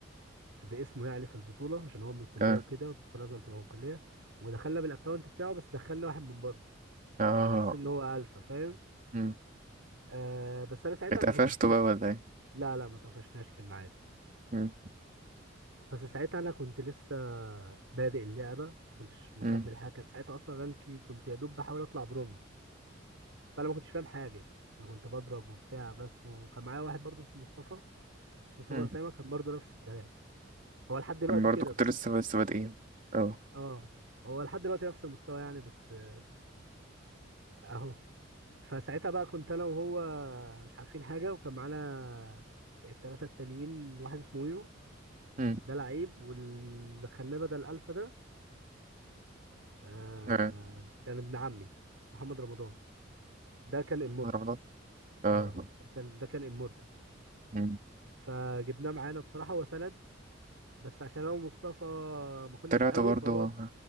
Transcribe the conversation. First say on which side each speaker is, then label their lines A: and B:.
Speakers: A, on the right; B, on the right.
A: باسمه يعني في البطولة عشان هو من الكلية
B: اه
A: وكده البطولة لازم تبقى من الكلية ودخلنا بالاكونت بتاعه بس دخلنا واحد من بره
B: اه
A: على اساس ان هو الفا فاهم
B: مم.
A: آه بس انا ساعتها
B: اتقفشتوا
A: ما كنتش لسه
B: بقى ولا ايه
A: لا لا ما طفشناش كان عادي
B: مم.
A: بس ساعتها انا كنت لسه بادئ اللعبة ما كنتش مكمل
B: مم.
A: حاجة كان ساعتها اصلا رانكي كنت يا دوب بحاول اطلع برونز فانا ما كنتش فاهم حاجة انا كنت بضرب وبتاع بس وكان معايا واحد برضه اسمه مصطفى مصطفى
B: مم.
A: أسامة كان برضه نفس الكلام هو لحد دلوقتي
B: انا برضو
A: كده
B: كنت
A: بس
B: لسه لسه بادئين اه
A: اه هو لحد دلوقتي نفس المستوى يعني بس آه، اهو فساعتها بقى كنت انا وهو مش عارفين حاجة وكان معانا التلاتة التانيين واحد اسمه ويرو
B: مم.
A: ده لعيب واللي خلاه بدل الألفا ده آه
B: اه
A: كان ابن عمي محمد رمضان ده كان امورتال
B: رمضان اه
A: اه ده كان ده كان امورتال
B: مم.
A: فجبناه معانا بصراحة هو سند بس عشان انا ومصطفى ما كناش
B: طلعت
A: قوي
B: برضو
A: فهو